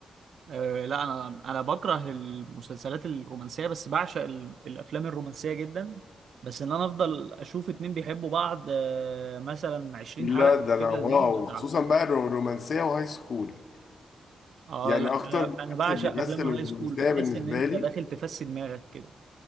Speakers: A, on the right (about 75°); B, on the left (about 60°).
A: أه لا انا انا بكره المسلسلات الرومانسيه بس بعشق ال... الافلام الرومانسيه جدا بس ان انا افضل اشوف اتنين بيحبوا بعض آه، مثلا 20
B: لا
A: حلقه
B: ده انا
A: كده
B: واو
A: دي بتعب
B: خصوصا بقى الرومانسيه وهاي سكول
A: اه
B: يعني
A: لا
B: اكتر
A: انا أنا بعشق
B: مسلسل بيمثل
A: افلام
B: الرومانسيه
A: الهاي سكول بتحس
B: بالنسبه
A: ان انت
B: لي
A: داخل تفسي دماغك كده